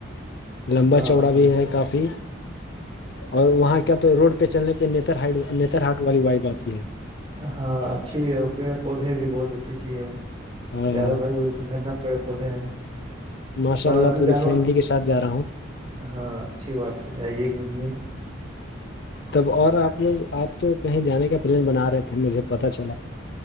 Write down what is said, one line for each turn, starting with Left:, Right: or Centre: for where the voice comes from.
Left: لمبا
Right: ہاں
Left: چوڑا
Right: ہاں
Left: بھی ہے کافی اور وہاں کیا تو روڈ پہ چلنے پہ نیتر ہٹ نیتر ہاٹ والی وائب آتی ہے
Right: ہاں اچھی ہے اور پیڑ پودھے بھی بہت اچھی اچھی ہے
Left: ہے
Right: زیادہ بڑی بڑی گھرنا پیڑ پودے
Left: ماشاء
Right: س
Left: اللہ پوری
Right: جانور
Left: فیملی کے ساتھ جا رہا ہوں
Right: ہاں اچھی بات ہے جائیے گھومے
Left: تب اور آپ لوگ آپ تو کہیں جانے کا پلان بنا رہے تھے مجھے پتا چلا